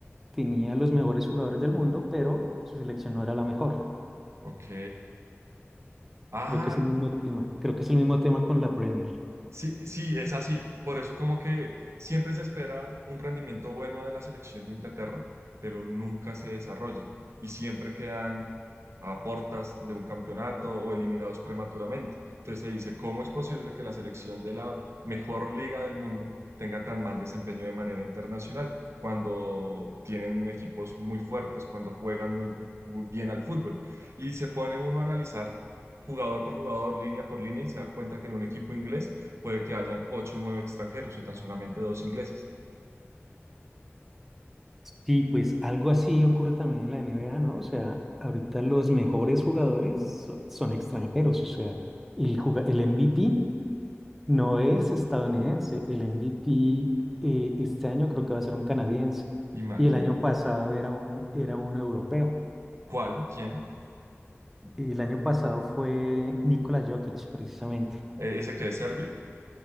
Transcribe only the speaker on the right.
Ok. Ah,
Sí, sí, es así. Por eso como que siempre se espera un rendimiento bueno de la selección de Inglaterra, pero nunca se desarrolla y siempre quedan a portas de un campeonato o eliminados prematuramente. Entonces se dice, ¿cómo es posible que la selección de la mejor liga del mundo tenga tan mal desempeño de manera internacional cuando tienen equipos muy fuertes, cuando juegan muy, muy bien al fútbol? Y se pone uno a analizar jugador por jugador, línea por línea, y se da cuenta que en un equipo inglés puede que hayan ocho o nueve extranjeros y tan solamente dos ingleses.
Imagínate.
¿Cuál? ¿Quién?
Eh, ¿Ese que es serbio?